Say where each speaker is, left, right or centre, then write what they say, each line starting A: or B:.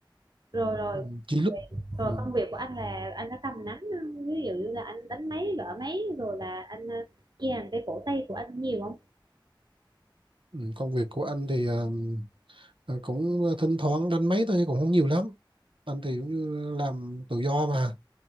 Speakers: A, on the right; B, on the right.
A: rồi rồi
B: Ừ, Chỉ lúc
A: Rồi
B: ừ.
A: công việc của anh là anh có cầm nắm ờ, Ví dụ như là anh đánh máy gõ máy rồi là anh ờ, kèm cái cổ tay của anh nhiều không?
B: Ừ. Công việc của anh thì ờ, ờ, cũng thỉnh thoảng đánh máy thôi cũng không nhiều lắm anh thì cũng như làm tự do mà